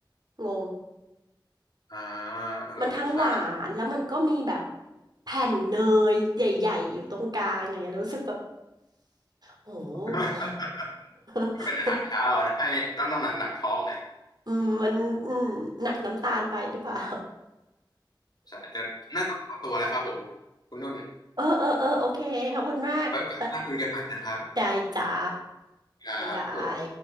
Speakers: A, on the right; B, on the left.
A: งง
B: อ่าเออเออใช่ใช่
A: มันทั้งหวานแล้วมันก็มีแบบแผ่นเนยใหญ่ๆอยู่ตรงกลางอย่างเงี้ยแล้วรู้สึกแบบโอ้โห
B: <laughs>
A: <laughs>
B: เป็นอาหารเช้าอะนะให้ต้องต้องหนักหนักท้องหน่อย
A: อืมมันอืมหนักน้ำตาลไปหรือเปล่า
B: ใช่จะน่าต้องขอตัวแล้วครับผมคุณนุ่น
A: <laughs> เออเออเออโอเคขอบคุณมากเออ
B: ไว้โอกันหน้าคุยกันใหม่นะครับ
A: ได้จ้า
B: ครับผม
A: บ๊ายบาย